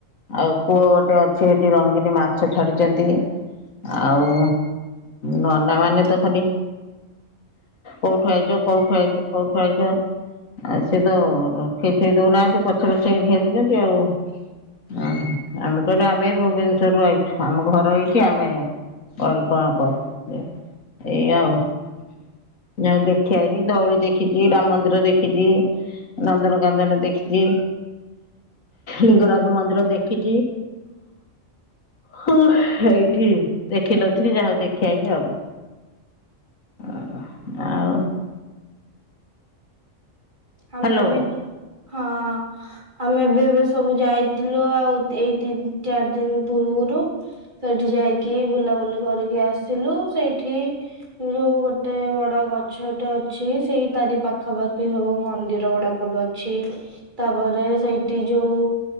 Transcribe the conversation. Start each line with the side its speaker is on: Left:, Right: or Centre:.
Left: ଆଉ କୂଅ ଗୋଟେ ଅଛି ହେଠି ରଙ୍ଗିନୀ ମାଛ ଛାଡିଛନ୍ତି। ଆଉ ନନା ମାନେ ତ ଖଲି କୋଉଠୁ ଆଇଚ କୋଉଠୁ ଆଇଚ କୋଉଠୁ ଆଇଚ। ଆଉ ସିଏ ତ ରଖେଇ ଥୁଇ ଦଉନାହାନ୍ତି ପଛେ ପଛେ ଘେରୁଚନ୍ତି ଆଉ। ହ ଆମେ କହିଲୁ ଆମେ ଭୁବନେଶ୍ଵରରୁ ଆଇଛୁ ଆମ ଘର ଏଇଠି ଆମେ <unintelligible> ଏଇ ଆଉ ଯା ହଉ ଦେଖିଆଇଲି ଧଉଳି ଦେଖିଛି ରାମ ମନ୍ଦିର ଦେଖି ଖିଜି ନନ୍ଦନ କାନ୍ଦନ ଦେଖିଜି ଲିଙ୍ଗରାଜ ମନ୍ଦିର ଦେଖିଛି। ହଁ ଏଇଠି ଦେଖିନଥିଲି ଯା ହଉ ଦେଖିଆଇଲି ଆଉ। ଓ ହ ଆଉ। ହ୍ୟାଲୋ।
Right: ଆମେ ବି ତ ହଁ। ଆମେ ବି ଏବେ ସବୁ ଯାଇଥିଲୁ ଆଉ ଏଇ ତିନି ଚାରି ଦିନ ପୂର୍ବରୁ। ସେଠି ଯାଇକି ବୁଲାବୁଲି କରିକି ଆସିଲୁ ସେଇଠି ୠ ଗୋଟେ ବଡ ଗଛଟେ ଅଛି ସେଇ ତାରି ପାଖାପାଖି ହବୁ ମନ୍ଦିର ଗୁଡାକ ବି ଅଛି ତାପରେ ସେଇଠି ଯୋଉ